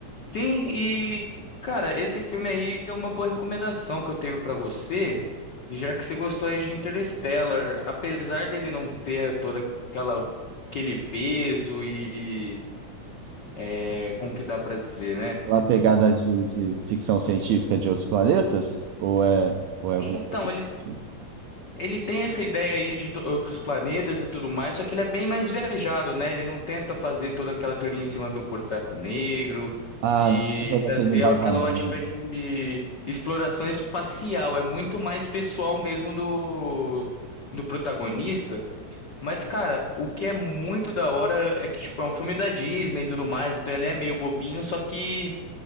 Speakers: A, on the left; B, on the right.
A: Sim, e, cara, esse filme aí é uma boa recomendação que eu tenho pra você, já que você gostou aí de Interstellar, apesar dele não ter toda aquela... Aquele peso e é, como que dá pra dizer, né?
B: Lá a pegada de, de ficção científica de outros planetas? Ou é, ou é alguma
A: Então,
B: coisa?
A: ele,
B: assim?
A: ele tem essa ideia aí de to- outros planetas e tudo mais, só que ele é bem mais viajado, né? Ele não tenta fazer toda aquela teoria em cima do buraco negro
B: Ah,
A: e
B: não, também
A: trazer
B: tem embasamento.
A: aquela ótica de exploração espacial. É muito mais pessoal mesmo do, do protagonista. Mas, cara, o que é muito da hora é que, tipo, é um filme da Disney e tudo mais, então ele é meio bobinho, só que.